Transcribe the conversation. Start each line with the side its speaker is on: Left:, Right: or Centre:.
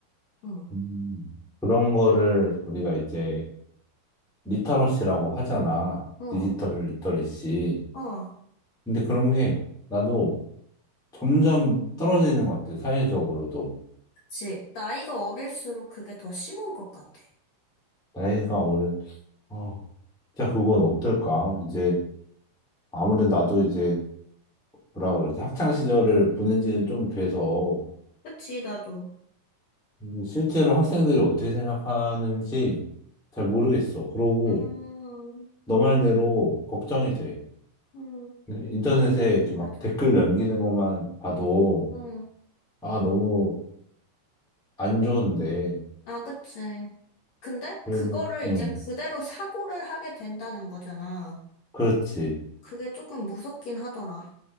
Left: 응.
Centre: 음. 그런 거를 우리가 이제 리터러시라고 하잖아.
Left: 어,
Centre: 디지털 리터러시.
Left: 어,
Centre: 근데 그런 게 나도 점점 떨어지는 것 같아. 사회적으로도.
Left: 그치. 나이가 어릴수록 그게 더 심한 것 같아.
Centre: 나이가 오른, 어, 진짜 그건 어떨까? 이제 아무래도 나도 이제 뭐라 그러지? 학창 시절을 보낸 지는 좀 돼서
Left: 그치, 나도.
Centre: 음, 실제로 학생들이 어떻게 생각하는지 잘 모르겠어. 그러고
Left: 음,
Centre: 너 말대로 걱정이 돼.
Left: 음,
Centre: 인터넷에 이렇게
Left: 맞아.
Centre: 막 댓글 남기는 것만 봐도,
Left: 응,
Centre: 아, 너무 안 좋은데.
Left: 아, 그치. 근데
Centre: 그래도,
Left: 그거를
Centre: 응,
Left: 이제 그대로 사고를 하게 된다는 거잖아.
Centre: 그렇지.
Left: 그게 조금 무섭긴 하더라.